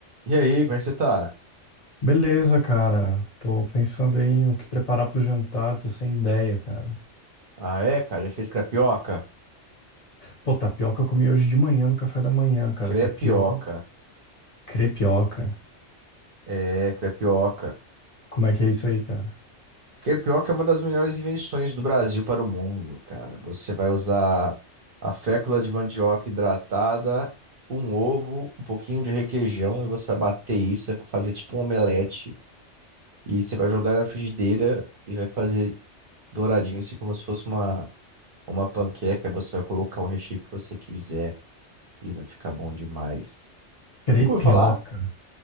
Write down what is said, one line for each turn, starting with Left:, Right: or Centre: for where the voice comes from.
Right: E aí, como é que você tá?
Left: Beleza, cara. Tô pensando aí no que preparar pro jantar, tô sem ideia, cara.
Right: Ah, é, cara, já fez crepioca?
Left: Pô, tapioca eu comi hoje de manhã no café da manhã, cara.
Right: Crepioca.
Left: Tapioca, crepioca.
Right: É, crepioca.
Left: Como é que é isso aí, cara?
Right: Crepioca é uma das melhores invenções do Brasil para o mundo, cara. Você vai usar a fécula de mandioca hidratada, um ovo, um pouquinho de requeijão, e você vai bater isso, vai fazer tipo um omelete, e você vai jogar na frigideira e vai fazer douradinho, assim como se fosse uma, uma panqueca. Você vai colocar o recheio que você quiser e vai ficar bom demais.
Left: Crepioca.
Right: Nunca ouviu falar?